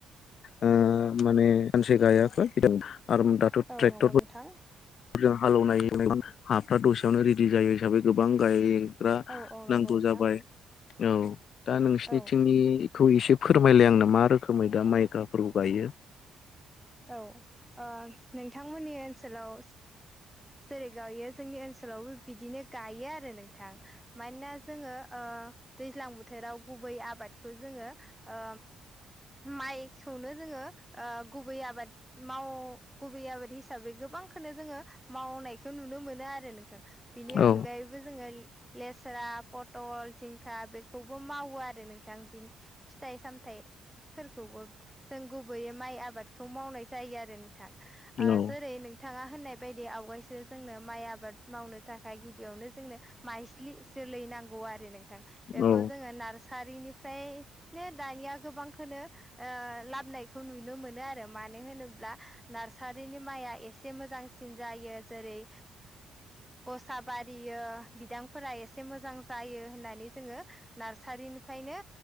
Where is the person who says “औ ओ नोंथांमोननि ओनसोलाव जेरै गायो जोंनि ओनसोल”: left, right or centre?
Centre